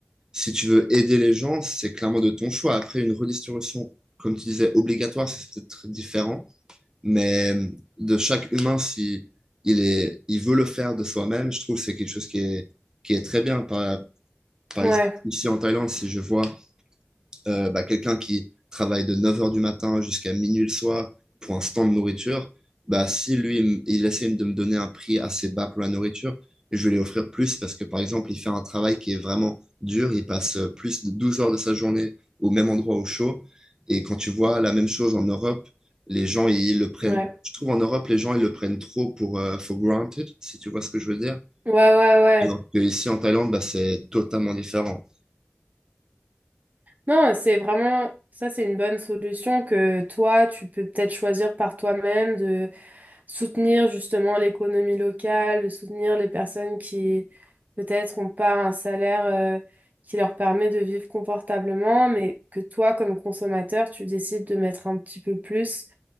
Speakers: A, on the right (about 15°); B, on the right (about 40°).
A: si tu veux aider les gens, c'est clairement de ton choix. Après, une redistribution, comme tu disais, obligatoire, c'est peut-être très différent. Mais euh, de chaque humain, si il est, il veut le faire de soi-même, je trouve que c'est quelque chose qui est, qui est très bien. Par, par
B: ouais,
A: exemple, ici en Thaïlande, si je vois euh, bah, quelqu'un qui travaille de 9 heures du matin jusqu'à minuit le soir pour un stand de nourriture, bah, si lui, il me- il essaie de me donner un prix assez bas pour la nourriture, je vais lui offrir plus parce que, par exemple, il fait un travail qui est vraiment dur, il passe euh, plus de 12 heures de sa journée au même endroit au chaud. Et quand tu vois la même chose en Europe, les gens, ils le prennent,
B: ouais,
A: je trouve en Europe, les gens, ils le prennent trop pour, euh, for granted, si tu vois ce que je veux dire.
B: ouais, ouais, ouais.
A: Alors que ici en Thaïlande, bah, c'est totalement différent.
B: Non, c'est vraiment... Ça, c'est une bonne solution que toi, tu peux peut-être choisir par toi-même de soutenir justement l'économie locale, de soutenir les personnes qui peut-être n'ont pas un salaire euh, qui leur permet de vivre confortablement, mais que toi, comme consommateur, tu décides de mettre un petit peu plus